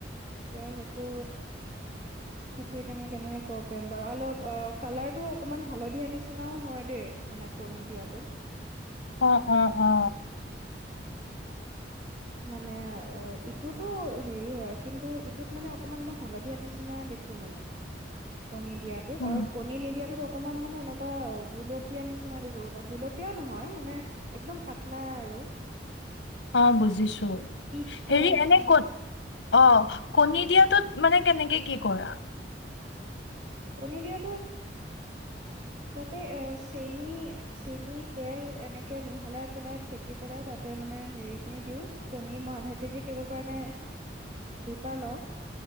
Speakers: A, on the right; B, on the left.
A: এতিয়া সেইটো সেইটো এতিয়া মই কেনেকে ক'ব পাৰিম বাৰু অলপ কালাৰটো অকণমান হালধীয়া নিচিনাও হয় দেই মানে কণী দিয়াটোত।
B: অ -অ- অ।
A: মানে ইটোতো হেৰি হয় কিন্তু ইটোত মানে অকণমান মই হালধীয়া নিচিনা দেখো মানে। কণী দিয়াাটোত
B: উম
A: আৰু কণী নিদিয়াটো ত অকমান মানে এনেকুৱা গুলপীয়া নিচিনা দেখোঁ গুলপীয়াও নহয় মানে একদম পাতলা আৰু
B: অ' বুজিছোঁ
A: পিচ কালাৰ
B: হেৰি
A: নিচিনা।
B: এনে ক'ত অ' কণী দিয়াটোত মানে কেনেকে কি কৰা।
A: কণী দিয়াটো তাতে চেনি চেনি তেল এনেকে মিহলাই পেলাই ফেটি পেলাই তাতে মানে হেৰিখিনি দিওঁ কণী মই আধা কেজি ক কাৰণে দুটা লওঁ।